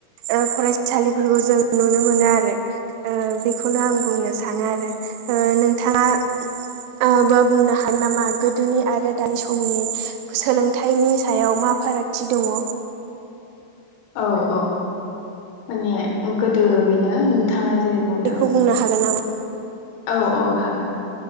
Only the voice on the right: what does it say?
ओ फरायसालिफोरखौ जों नुनो मोनो आरो ओ बेखौनो आं बुंनो सानो आरो। ओ नोंथाङा ओ बो बुंनो हा हायो नामा गोदोनि आरो दानि समनि सोलोंथाइनि सायाव मा फारागथि दङ?
बेखौ बुंनो हागोन नामा?